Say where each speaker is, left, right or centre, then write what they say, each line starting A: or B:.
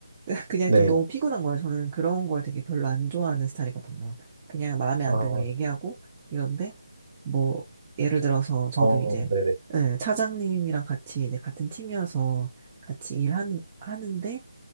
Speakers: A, on the right (about 25°); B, on the right (about 45°).
A: <laughs> 그냥
B: 네.
A: 좀 너무 피곤한 거예요. 저는 그런 걸 되게 별로 안 좋아하는 스타일이거든요. 그냥 마음에 안
B: 아,
A: 들면 얘기하고, 이런데, 뭐, 예를 들어서 저도
B: 어,
A: 이제,
B: 네네.
A: 예, 차장님이랑 같이 이제 같은 팀이어서 같이 일하는, 하는데,